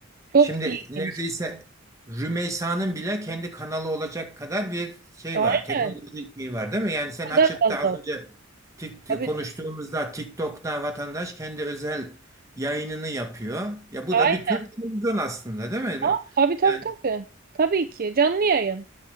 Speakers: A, on the right (about 45°); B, on the right (about 15°).
A: Çok
B: şimdi
A: ilginç.
B: neredeyse Rümeysa'nın bile kendi kanalı olacak kadar bir şey
A: Aynen.
B: var. Teknolojik şey var değil mi? Yani sen
A: Bu kadar
B: açıp
A: fazla
B: da az
A: var.
B: önce tik,
A: Tabii,
B: konuştuğumuzda TikTok'ta vatandaş kendi özel yayınını yapıyor. Ya bu
A: tabii.
B: da bir tür televizyon aslında değil mi?
A: Aa, tabii tabii
B: Yani
A: tabii. Tabii ki. Canlı yayın.